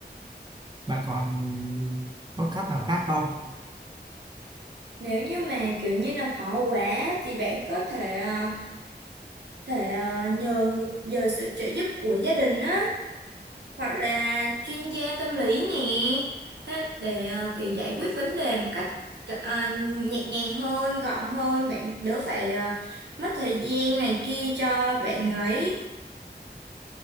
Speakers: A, on the right (about 25°); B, on the right (about 80°).
A: bạn còn có cách nào khác không
B: nếu như mà kiểu như là khó quá thì bạn có thể ờ, thể ờ, nhờ người- nhờ sự trợ giúp của gia đình á hoặc là chuyên gia tâm lý nè thế để ờ, kiểu giải quyết vấn đề một cách ờ, ờ, nhẹ nhàng hơn gọn hơn bạn đỡ phải ờ, mất thời gian này kia cho bạn ấy